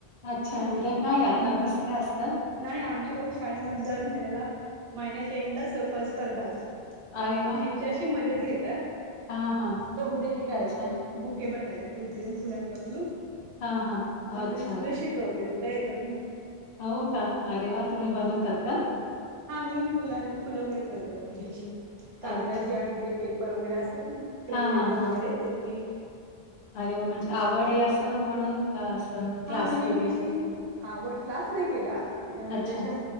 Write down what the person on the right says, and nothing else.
ठीक
आहेम
नाही आमच्या क शाळेमध्ये दर महिन्याला महिन्याच्या एंडलाच परस्पर्धा असते पण
मोठ्यांची
अशी मदच घेतात
तर उद्या हे करायचंय
बुके बनवायचे कृत्रिम फुलांपासून प
तुी
फुलं शिकवते तुला येतात ना
हा मी फुलं फुलं काय करते आपल्याची कागदाची
आणि ते पे र वगैरे असतात ना क्रेप
पेपर
वगैरे त्याची
आहे
हा म्हणजे
मी अशी आ क्लास नाही केला म्हणजे
अशा